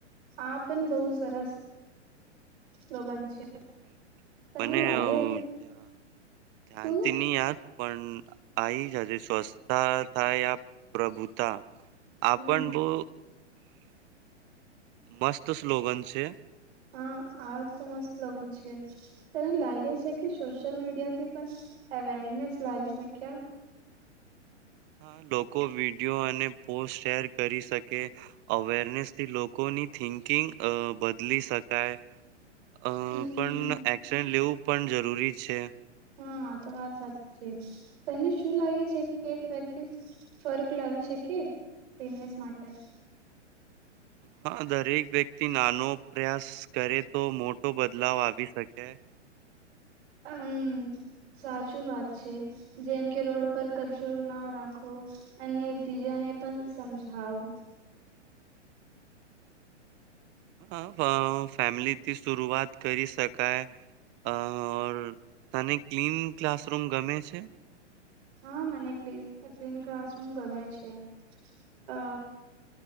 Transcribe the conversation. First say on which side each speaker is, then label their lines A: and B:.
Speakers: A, on the right; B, on the right.
A: આ પણ બો સરસ સ્લોગન છે.
B: હમ મને
A: તને લાગે
B: ધયા ધ્યાનથી
A: શું
B: ની યાદ પણ આહી જ આજે સ્વચ્છતા થાય આ પ્રભુતા આ
A: હમ
B: પણ બો મસ્ત સ્લોગન છે.
A: હા આ તો મસ્ત સ્લોગન છે. તને લાગે છે, કે સોશિયલ મીડિયાથી પણ અવેરનેસ લાવી શક્યે?
B: હા લોકો વિડિયો અને પોસ્ટ શેર કરી શકે અવેરનેસથી લોકોની થિંકિંગ અ બદલી શકાય અ
A: હમ
B: પણ એક્શન લેવું પણ જરૂરી છે.
A: હ તો વાત સાચી છે, તને શું લાગે છે, કે એક વ્યક્તિ ફર્ક લાવી શકી પેનેસ માટે
B: હા દરેક વ્યક્તિ નાનો પ્રયાસ કરે તો મોટો બદલાવ આવી શકે
A: અમ્મ. સાચું વાત છે, જેમ કે રોડ પર કચરો ના રાખવો અને બીજાને પણ સમજાવું
B: હા ફેમિલીથી શરુઆત કરી શકાય અ ઓર તને ક્લીન ક્લાસરૂમ ગમે છે?
A: હ મને ક્લીસ કલીન ક્લાસરૂમ ગમે છે, અ